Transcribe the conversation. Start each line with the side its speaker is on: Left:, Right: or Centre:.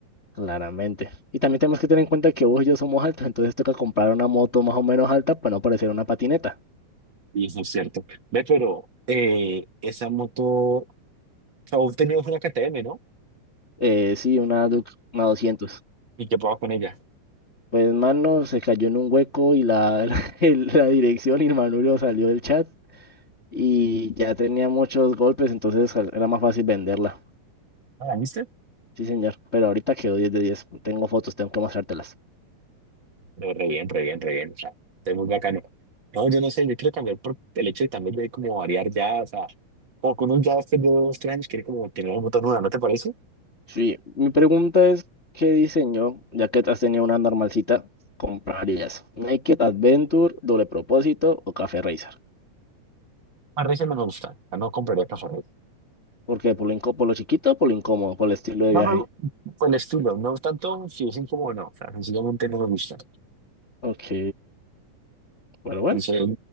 Left: claramente. Y también tenemos que tener en cuenta que vos y yo somos altos, entonces toca comprar una moto más o menos alta para no parecer una patineta.
Right: Y eso es cierto. Ve, pero eh, esa moto, aún tenías una KTM, ¿no?
Left: Eh, sí, una Duke, una 200.
Right: ¿Y qué pasa con ella?
Left: Pues, mano, se cayó en un hueco y la, <laughs> el- la dirección y el manubrio salió del chat y ya tenía muchos golpes, entonces sal- era más fácil venderla.
Right: ¿Ah, ¿La viste?
Left: Sí, señor, pero ahorita quedó diez de diez Tengo fotos, tengo que mostrártelas.
Right: No, re bien, re bien, re bien. O sea, es muy bacano. No, yo no sé, yo quiero cambiar por el hecho de también de como variar ya, o sea, como con un ya hace dos, tres años, quiere como tener una moto nueva, ¿no te parece?
Left: Sí, mi pregunta es, ¿qué diseño, ya que has tenido una normalcita, comprarías? ¿Naked Adventure, doble propósito o Café Racer?
Right: A Racer no me gusta, o sea, no compraría para
Left: ¿Por qué? ¿Por lo, inco- por lo chiquito o por lo incómodo? ¿Por el estilo de viaje?
Right: No me, gu- por el estilo, no tanto si es incómodo o no, o sea, sencillamente no me gusta.
Left: Ok, bueno, bueno.
Right: Pensé,